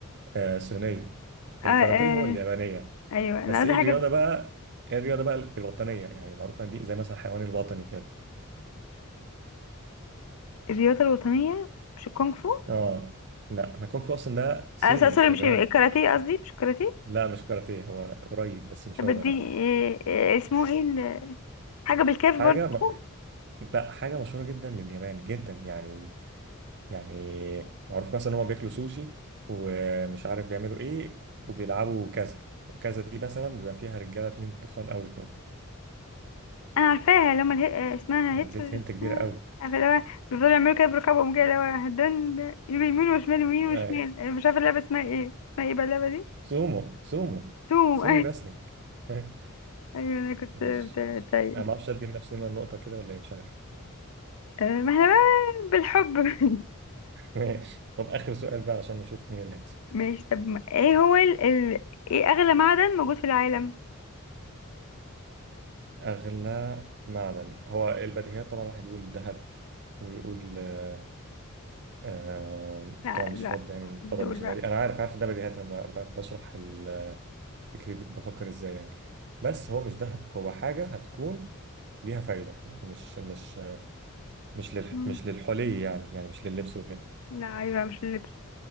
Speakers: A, on the right; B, on the left.
A: آه صينية
B: آه
A: الكاراتيه
B: آه
A: هو اليابانية
B: ايوه انا
A: بس
B: عايزه
A: ايه الرياضة
B: حاجه
A: بقى ايه الرياضة بقى الوطنية يعني معروفة دي زي مثلا الحيوان الوطني كده
B: الرياضه الوطنيه مش الكونغ فو
A: اه لا ما الكونغ فو اصلا ده صيني
B: آه س-
A: مش
B: سوري مش
A: ياباني
B: الكاراتيه قصدي مش الكاراتيه
A: لا مش كاراتيه هو قريب بس مش
B: طب
A: هو
B: دي
A: لا
B: آه آه اسمه ايه ال- حاجه بالكاف
A: حاجة
B: برضه
A: لا حاجة مشهورة جدا لليابان جدا يعني يعني معروف مثلا هما بياكلوا سوشي ومش عارف بيعملوا ايه وبيلعبوا كذا وكذا دي مثلا بيبقى فيها رجالة اتنين تخان قوي كده
B: انا عارفاها اللي هم اله... اسمها
A: أنا
B: هيتس
A: اديت
B: ولا
A: هنت
B: مش
A: كبيرة
B: اسمها،
A: قوي
B: عارفه اللي هو بيفضلوا يعملوا كده برقبهم كده اللي هو دن يجوا يمين وشمال يمين
A: آه.
B: وشمال أنا مش عارفه اللعبه اسمها ايه اسمها ايه بقى اللعبه دي
A: سومو سومو
B: توم <laughs>
A: سومو رسلينج <laughs>
B: ايوه انا كنت
A: ماشي
B: بت- طيب
A: انا ما اعرفش ادي لنفسي هنا النقطة كده ولا ايه مش عارف
B: آه، ما احنا بقى بالحب <laughs>
A: <laughs> ماشي طب اخر سؤال بقى عشان نشوف مين اللي هيكسب
B: ماشي طب ما- ايه هو ال... ال... ايه اغلى معدن موجود في العالم
A: اغلى معدن هو البديهيات طبعا واحد يقول ذهب ويقول آه، آه،
B: لا
A: طبعا مش
B: لا
A: فاضي يعني الفضاء
B: مش دول
A: مش
B: لا
A: غالي انا عارف عارف ده بديهيات انا ب- ب- بشرح ال- فكري بفكر ازاي يعني بس هو مش دهب هو حاجه هتكون ليها فايده يعني مش مش آه، مش للح
B: مم.
A: مش للحلي يعني يعني مش لللبس وكده
B: لا ايوه مش اللبس